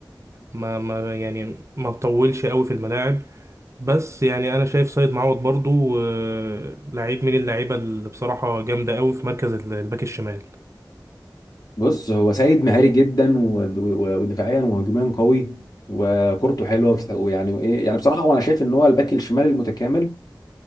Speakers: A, on the right (about 40°); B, on the left (about 55°).
A: وما ما يعني ما طولش قوي في الملاعب بس يعني انا شايف سيد معوض برضه آه، لعيب من اللعيبه اللي بصراحه جامده قوي في مركز ال- الباك الشمال
B: بص هو سيد مهاري جدا و- و- ودفاعيا وهجوميا قوي وكورته حلوة وبت- ويعني وإيه يعني بصراحة هو أنا شايف إن هو الباك الشمال المتكامل